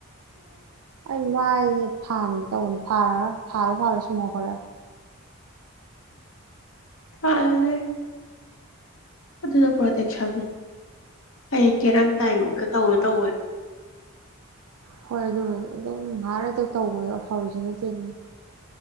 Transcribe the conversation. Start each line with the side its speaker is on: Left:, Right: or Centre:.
Right: ꯑꯩ ꯃꯥꯏꯁꯦ ꯐꯥꯟꯒ‌ꯦ ꯇꯧꯕꯅ‌ꯦ ꯐꯥꯜꯂꯔ‌ꯣꯏ ꯐꯥꯜꯂ ꯐꯥꯜꯂ ꯁꯨꯝ ꯍꯧꯒꯠꯂꯦꫪꯛꯑꯦ
Left: ꯐꯥꯜꯂꯨꯅꯦ ꯑꯗꯨꯅ ꯄ꯭ꯔꯣꯇꯦꯛꯁꯟꯅꯤ ꯑꯩ ꯀꯦꯔꯝꯗꯥꯏꯒꯨꯝꯕꯗ ꯇꯧꯒ‌ꯦ ꯇꯧꯅꯤ
Right: ꯍꯣꯏ ꯑꯗꯨꯕꯨ ꯑꯗꯨꯝ ꯉꯥꯛ ꯂꯩꯗ ꯇꯧꯕꯗꯣ ꯑꯐꯕꯁꯨ ꯅꯠꯇꯦ ꯑꯗꯨꯝ